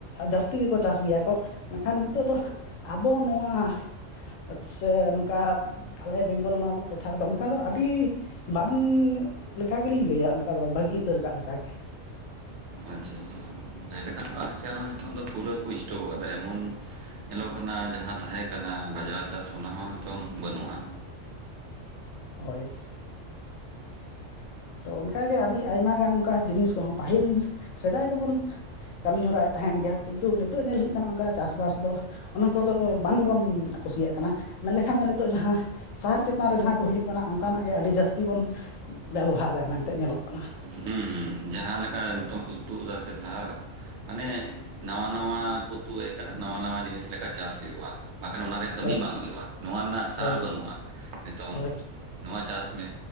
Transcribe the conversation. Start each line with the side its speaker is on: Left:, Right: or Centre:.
Left: ᱡᱟᱹᱥᱛᱤ ᱜᱮᱠᱚ ᱪᱟᱥ ᱜᱮᱭᱟ ᱠᱚ ᱢᱮᱱᱠᱷᱟᱱ ᱱᱤᱛᱚᱜ ᱫᱚ ᱟᱵᱚ ᱱᱚᱣᱟ ᱟᱪᱷ ᱥᱮ ᱱᱚᱝᱠᱟ ᱟᱞᱮ ᱵᱮᱝᱜᱚᱞ ᱱᱚᱣᱟ ᱴᱚᱴᱷᱟ ᱨᱮᱫᱚ ᱚᱱᱠᱟ ᱫᱚ ᱟᱹᱰᱤ ᱵᱟᱝ ᱞᱮᱠᱟ ᱜᱮᱞᱤᱧ ᱞᱟᱹᱭᱟ᱾ ᱠᱟᱫᱚ ᱵᱟᱹᱜᱤ ᱩᱛᱟᱹᱨ ᱞᱟᱠᱟᱜ ᱞᱮᱠᱟ ᱜᱮ ᱾
Right: ᱟᱪᱪᱷᱟ ᱟᱪᱪᱷᱟ ᱞᱟᱹᱭ ᱞᱮᱠᱷᱟᱱ ᱫᱚ ᱟᱞᱮ ᱥᱮᱫ ᱦᱚᱸ ᱱᱤᱛᱚᱜ ᱫᱚ ᱯᱩᱨᱟᱹ ᱠᱚ ᱥᱴᱚᱯ ᱟᱠᱟᱫᱟ ᱮᱢᱚᱱ ᱧᱮᱞᱚᱜ ᱠᱟᱱᱟ ᱡᱟᱦᱟᱸ ᱛᱟᱦᱮᱸ ᱠᱟᱱᱟ ᱵᱟᱡᱽᱲᱟ ᱪᱟᱥ ᱚᱱᱟᱦᱚᱸ ᱱᱤᱛᱚᱝ ᱵᱟᱹᱱᱩᱜᱼᱟ᱾
Left: ᱦᱚᱭ ᱛᱚ ᱚᱱᱠᱟ ᱜᱮ ᱟᱹᱰᱤ ᱟᱭᱢᱟ ᱜᱟᱱ ᱚᱱᱠᱟ ᱡᱤᱱᱤᱥ ᱠᱚᱦᱚᱸ ᱯᱟᱹᱦᱤᱞ ᱥᱮᱫᱟᱭ ᱫᱚᱵᱚᱱ ᱠᱟᱹᱢᱤ ᱦᱚᱨᱟᱭ ᱛᱟᱦᱮᱸᱱ ᱜᱮᱭᱟ ᱠᱤᱱᱛᱩ ᱱᱤᱛᱚᱜ ᱧᱮᱞ ᱦᱩᱭᱩᱜ ᱠᱟᱱᱟ ᱚᱱᱠᱟ ᱪᱟᱥᱵᱟᱥ ᱫᱚ ᱚᱱᱟ ᱠᱚᱫᱚ ᱵᱟᱝᱵᱚᱱ ᱠᱩᱥᱤᱭᱟᱜ ᱠᱟᱱᱟ ᱢᱮᱱᱞᱠᱷᱟᱱ ᱫᱚ ᱱᱤᱛᱚᱜ ᱡᱟᱦᱟᱸ ᱥᱟᱨ ᱪᱮᱛᱟᱱ ᱨᱮ ᱡᱟᱦᱟᱸ ᱠᱚ ᱦᱩᱭᱩᱜ ᱠᱟᱱᱟ ᱚᱱᱠᱟᱱᱟᱜ ᱜᱮ ᱟᱹᱰᱤ ᱡᱟᱹᱥᱛᱤ ᱵᱚᱱ ᱵᱮᱵᱚᱦᱟᱨ ᱫᱮ ᱢᱮᱱᱛᱮ ᱧᱮᱞᱚᱜ ᱠᱟᱱᱟ᱾
Right: ᱦᱩᱸ ᱦᱩᱸ ᱡᱟᱦᱟᱸ ᱞᱮᱠᱟ ᱱᱤᱛᱚᱝ ᱠᱚ ᱛᱩᱫ ᱮᱫᱟ ᱥᱮ ᱥᱟᱦᱟᱨ ᱢᱟᱱᱮ ᱱᱟᱣᱟ ᱱᱟᱣᱟ ᱠᱚ ᱛᱩ ᱮᱫ ᱠᱟᱱᱟ ᱱᱟᱣᱟ ᱱᱟᱣᱟ ᱡᱤᱱᱤᱥ ᱞᱮᱠᱟ ᱪᱟᱥ ᱦᱩᱭᱩᱜᱼᱟ᱾ ᱵᱟᱠᱷᱟᱱ ᱚᱱᱟᱨᱮ ᱠᱟᱹᱢᱤ
Left: ᱦᱳᱭ
Right: ᱵᱟᱝ ᱦᱩᱭᱩᱜᱼᱟ᱾ ᱱᱚᱣᱟ ᱨᱮᱱᱟᱜ ᱥᱟᱨ
Left: ᱦᱳᱭ
Right: ᱵᱟᱹᱱᱩᱜ-ᱟ᱾ ᱱᱤᱛᱚᱝ
Left: ᱦᱳᱭ
Right: ᱱᱚᱣᱟ ᱪᱟᱥ ᱢᱮ